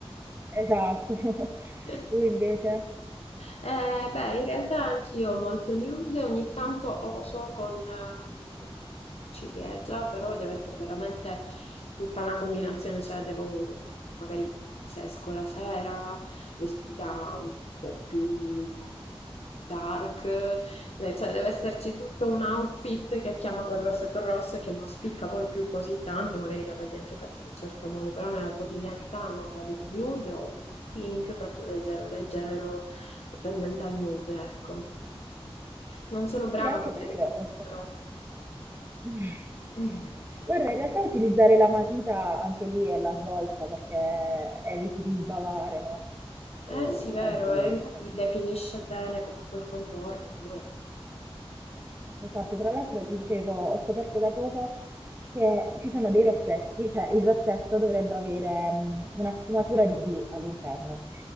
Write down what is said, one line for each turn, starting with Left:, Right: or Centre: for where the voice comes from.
Right: Esatto. <laughs>
Left: <laughs>
Right: Tu invece?
Left: Eh, beh, in realtà anch'io molto nude, ogni tanto oso con ehm, ciliegia, però deve essere veramente tutta una combinazione, cioè devo magari se esco la sera vestita un po' più dark, eh, cioè deve esserci tutto un outfit che chiama quel rossetto rosso e che non spicca poi più così tanto, magari i capelli anche fatti in un certo modo, però nella quotidianità no, vado su nude o su un pink proprio leggero leggero è tendente al nude, ecco. Non sono brava
Right: Sì, anche
Left: con
Right: perché
Left: le combo,
Right: ho
Left: però.
Right: <laughs>
Left: <laughs>
Right: Guarda, in realtà utilizzare la matita anche lì è la svolta perché eviti di sbavare, no? Eh,
Left: Eh sì, vero,
Right: anche lì,
Left: e infatti
Right: effetto
Left: definisce bene comunque il contorno pure.
Right: Esatto, tra l'altro dicevo, ho scoperto da poco che ci sono dei rossetti, cioè il rossetto dovrebbe avere mh, una sfumatura di blu all'interno,